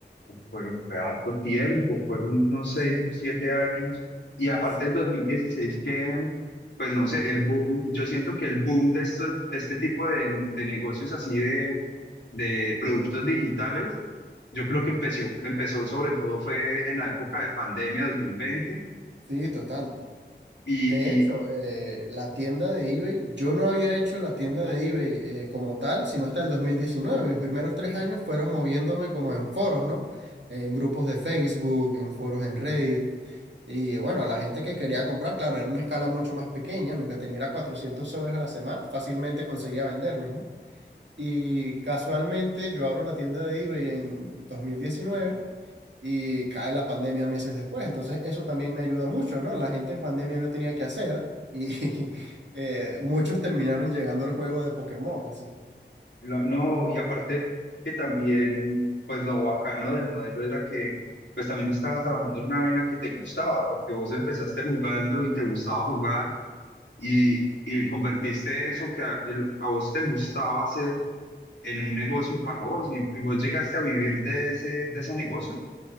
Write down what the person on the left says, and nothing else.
Fue, fue harto tiempo, fueron unos seis,
siete
años. Y aparte
del 2016 que, pues no sé, el boom, yo siento que el boom de estos, de este tipo de, de negocios así de, de productos digitales, yo creo que empezó, empezó sobre todo fue en la época de pandemia 2020
y,
Lo- no, y aparte que también, pues lo bacano del modelo era que, pues también estabas trabajando en una vaina que te gustaba, porque vos empezaste jugando y te gustaba jugar y, y convertiste eso que a, el- a vos te gustaba hacer en un negocio para vos y, y vos llegaste a vivir de ese, de ese negocio.